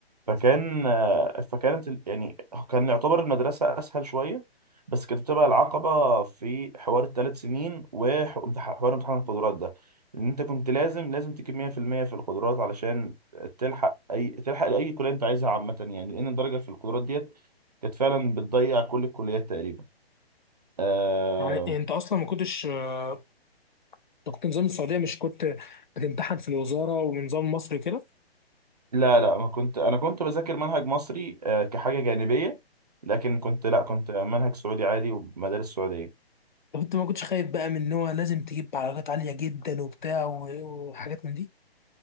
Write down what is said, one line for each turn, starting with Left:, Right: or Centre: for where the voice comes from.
Right: فكان آه، فكانت ال- يعني كان يعتبر المدرسة أسهل شوية بس كانت بتبقى العقبة في حوار الثلاث سنين وحوار امتحان القدرات ده إن أنت كنت لازم لازم تجيب 100% في المية في القدرات علشان تلحق أي تلحق لأي كلية أنت عايزها عامة يعني لأن الدرجة في القدرات ديت كانت فعلا بتضيع كل الكليات تقريبا آه
Left: يعني انت اصلا ما كنتش آه، انت كنت نظام السعوديه مش كنت بتمتحن في الوزاره ونظام مصر كده
Right: لا لا ما كنت أنا كنت بذاكر منهج مصري آه كحاجة جانبية لكن كنت لا كنت منهج سعودي عادي ومدارس سعودية
Left: طب انت ما كنتش خايف بقى من ان هو لازم تجيب علاقات عالية جدا وبتاع و- وحاجات من دي